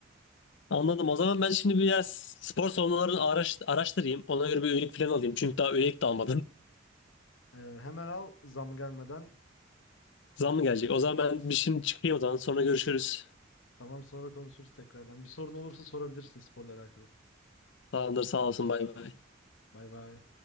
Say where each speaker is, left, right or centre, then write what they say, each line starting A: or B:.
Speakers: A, on the left (about 65°); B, on the left (about 85°).
A: <laughs> Anladım. O zaman ben şimdi biraz spor salonlarını araş- araştırayım. Ona göre bir üyelik falan alayım. Çünkü daha üyelik de almadım.
B: E, hemen al zam gelmeden.
A: <laughs> Zam mı gelecek? O zaman ben bir şimdi çıkayım o zaman. Sonra görüşürüz.
B: Tamam sonra konuşuruz tekrardan. Bir sorun olursa sorabilirsin sporla alakalı.
A: Tamamdır. Sağ olsun. Bay bay.
B: Bay bay.